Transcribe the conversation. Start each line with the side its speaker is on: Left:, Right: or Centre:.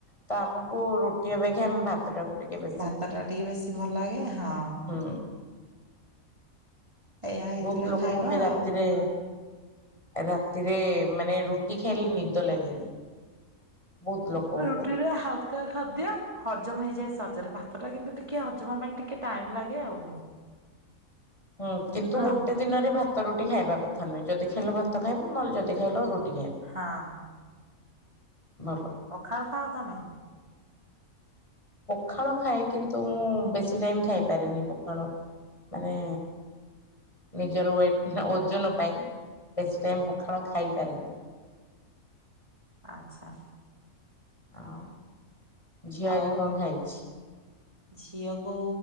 Left: ତ ଆମକୁ ରୁଟି ଅପେକ୍ଷା ଆମେ ଭା ତଟାକୁ ଟିକେ ବେ
Right: ଭାତ ଟା ଟିକେ ବେଶୀ ଭଲ ଲାଗେ ହଁ।
Left: ହୁଁ।
Right: ଏଇଆ ହେଇଥିଲା
Left: ବହୁତ୍ ଲୋକଙ୍କୁ
Right: ଖାଇବା
Left: ବି ରାତିରେ
Right: ଆଉ।
Left: ରାତିରେ ମାନେ ରୁଟି ଖାଇଲେ ନିଦ ଲାଗେନି। ବହୁତ ଲୋକଙ୍କୁ।
Right: ରୁଟିରେ ହାଲ ହାଲୁକା ଖାଦ୍ୟ ହଜମ ହେଇଯାଏ ସହଜରେ ଭାତ ଟା କିନ୍ତୁ ଟିକେ ହଜମ ପାଇଁ ଟିକେ ଟାଇମ୍ ଲାଗେ ଆଉ।
Left: ହୁଁ କିନ୍ତୁ
Right: ନୁହଁ
Left: ଗୋଟେ ଗୋଟେ ଦିନରେ ଭାତ ରୁଟି ଖାଇବା କଥା ନୁହେଁ ଯଦି ଖାଇଲ ଭାତ ଖାଇବ ନହେଲେ ଯଦି ଖାଇଲ ରୁଟି ଖାଇବ।
Right: ହଁ।
Left: ଭଲ।
Right: ପଖାଳ ଖାଅ ତମେ?
Left: ପଖାଳ ଖାଏ କିନ୍ତୁ ମୁଁ ବେଶୀ ଟାଇମ୍ ଖାଇପାରେନି ପଖାଳ। ମାନେ ନିଜର ୱେଟ୍ ଓଜନ ପାଇଁ ବେଶୀ ଟାଇମ୍ ପଖାଳ ଖାଇପାରେନି।
Right: ଆଚ୍ଛା।
Left: ଆଉ ଝିଅ ଆଜି
Right: ଆଉ
Left: କଣ ଖାଇଛି।
Right: ଝିଅକୁ